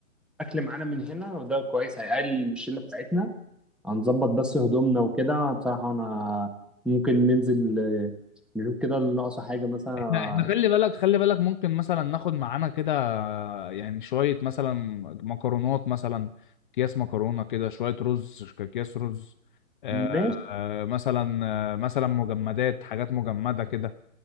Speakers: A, in the centre; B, on the left.
A: الاكل معانا من هنا وده كويس هيقلل من الشله بتاعتنا هنظبط بس هدومنا وكده بصراحه انا ممكن ننزل آه، نشوف كده اللي ناقصه حاجه مثلا
B: احنا احنا خلي بالك خلي بالك ممكن مثلا ناخد معانا كده يعني شوية مثلا مكرونات مثلا اكياس مكرونة كده شوية رز اكياس رز آه
A: ماشي
B: آه، مثلا آه، مثلا مجمدات حاجات مجمدة كده